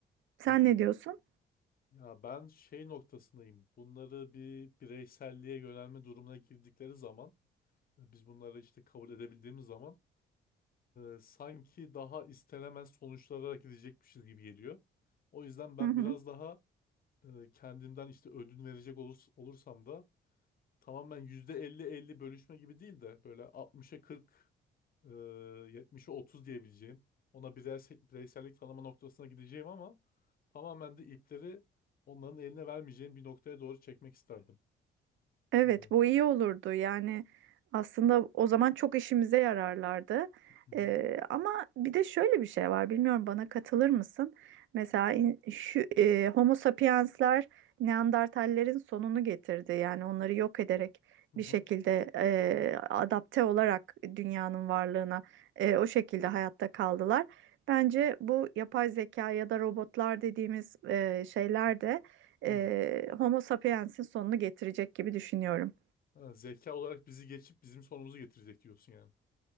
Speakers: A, on the right; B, on the left.
A: Sen
B: hı.
A: ne diyorsun?
B: Ya ben şey noktasındayım. Bunları bir bireyselliğe yönelme durumuna girdikleri zaman, e, biz bunları işte kabul edebildiğimiz zaman e, sanki daha istenemez sonuçlara gidecekmişiz gibi geliyor. O yüzden ben
A: Hı hı.
B: biraz daha e, kendimden işte ödün verecek olurs- olursam da tamamen yüzde elli elli bölüşme gibi değil de böyle altmışa 40, e, 70'e 30 diyebileceğim. Ona bireysel, bireysellik tanıma noktasına gideceğim ama tamamen de ipleri onların eline vermeyeceğim bir noktaya doğru çekmek isterdim.
A: Evet,
B: Hı.
A: bu iyi olurdu. Yani aslında o zaman çok işimize yararlardı.
B: Hı hı.
A: Ee, ama bir de şöyle bir şey var. Bilmiyorum bana katılır mısın? Mesela in- şu e, Homo sapiensler Neandertallerin sonunu getirdi. Yani onları yok ederek
B: Hı hı.
A: bir şekilde e, adapte olarak dünyanın varlığına e, o şekilde hayatta kaldılar. Bence bu yapay zeka ya da robotlar dediğimiz e, şeyler de e,
B: Hı.
A: Homo sapiens'in sonunu getirecek gibi düşünüyorum.
B: Ha, zeka olarak bizi geçip bizim sonumuzu getirecek diyorsun yani.